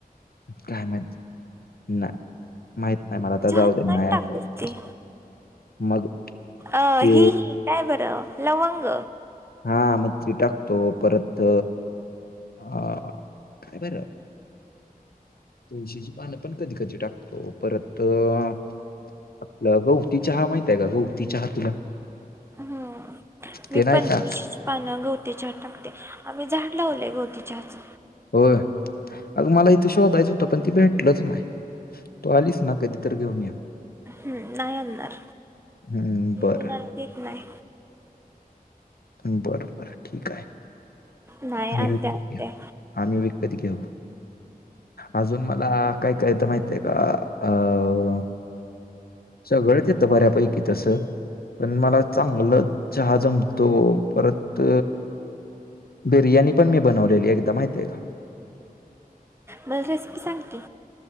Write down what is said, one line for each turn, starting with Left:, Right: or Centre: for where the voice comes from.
Left: काय माहि नाही माहित नाही मला आता
Right: चहात
Left: जाऊ दे नाही आठवत
Right: टाक असते
Left: मग
Right: अ
Left: ते
Right: हिही काय बरं लवंग
Left: हा मग ती टाकतो परत ह कापर तुळशीची पानं पण कधी कधी टाकतो परत आपलं गवती चहा माहित आहे का गौवती चहा तुला
Right: हम्म मी
Left: ते नाही
Right: पं
Left: का?
Right: तळशीची पानं गवतीच्या टाकते आम्ही झाड लावलेय गवतीच्याहाच
Left: हो अग मला इथे शोधायचं होतं पण ती भेटलच नाही तू आलीच ना कधी इतर घेऊन या
Right: हम्म नाही आणणार
Left: हं, बरं,
Right: होणार एक नाही
Left: बर बर ठीक आहे.
Right: नाही
Left: आम्ही
Right: आणते
Left: व
Right: आणते
Left: घ आम्ही विकपत घेऊ. अजून मला काय काय तर माहित आहे का अं सगळंच येतं बऱ्यापैकी तस पण मला चांगलं चहा जमत तो परत बिर्याणी पण मी बनवलेली एकद माहित आहे का
Right: मला रेसिपी सांग की